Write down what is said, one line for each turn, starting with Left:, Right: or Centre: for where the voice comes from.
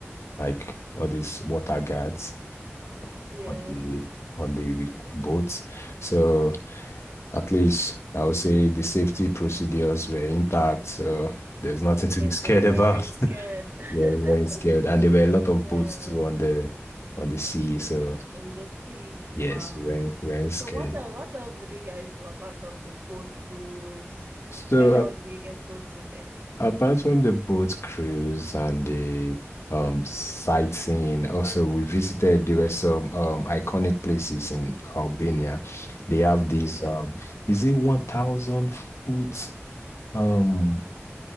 Left: like all these water guards
Right: Yeah.
Left: on the on the boats. So at least I would say the safety procedures were intact, so there's nothing
Right: Okay,
Left: to be scared
Right: so you
Left: about.
Right: weren't scared.
Left: Yeah, we
Right: <laughs>
Left: weren't scared, and there were a lot of
Right: Yeah.
Left: boats too on the on the sea. So
Right: On the sea. Wow.
Left: yes, we weren't, we weren't scared.
Right: So what else, what else did you guys do apart from the boat cruise?
Left: So
Right: Where else do you guys go to there?
Left: Apart from the boat cruise and the um, sightseeing, also we visited, there were some um, iconic places in Albania. They have this
Right: Okay.
Left: um, is it 1,000 foot um,